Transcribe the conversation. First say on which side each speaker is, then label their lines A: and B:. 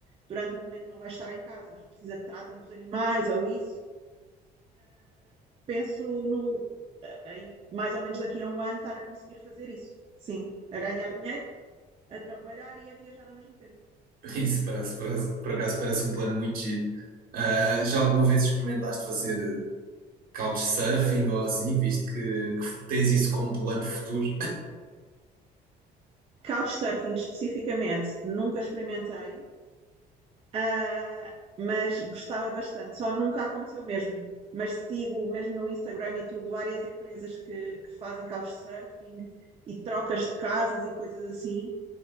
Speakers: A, on the right; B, on the right.
A: durante um momento não vai estar em casa, mas precisa que tratem dos animais ou isso penso no eh, aí mais ou menos daqui a um ano estar a conseguir fazer isso. Sim, a ganhar dinheiro, a trabalhar e a viajar ao mesmo tempo.
B: <laughs> Isso parece, parece- por acaso parece um plano muito giro. Ah, já alguma vez experimentaste fazer eh, couchsurfing ou assim, visto que, que tens isso como plano futuro?
A: Couchsurfing especificamente, nunca experimentei, uh, mas gostava bastante. Só nunca aconteceu mesmo. Mas sigo mesmo no Instagram e tudo, várias empresas que, que fazem couchsurfing e trocas de casas e coisas assim.